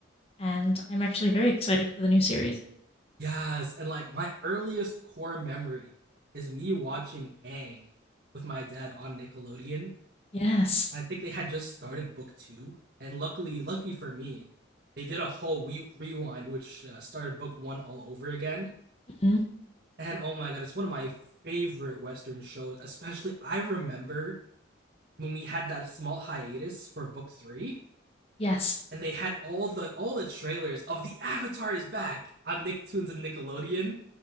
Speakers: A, on the left (about 30°); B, on the right (about 50°).
A: And I'm actually very excited for the new series.
B: Yes, and like my earliest core memory is me watching Aang with my dad on Nickelodeon
A: Yes.
B: I think they had just started book two, and luckily, lucky for me, they did a whole re- rewind, which uh, started book one all over again.
A: hmm
B: And oh my god, it's one of my favorite Western shows. Especially, I remember when we had that small hiatus for book three,
A: Yes,
B: and they had all the all the trailers of the Avatar is back on Nicktoons and Nickelodeon.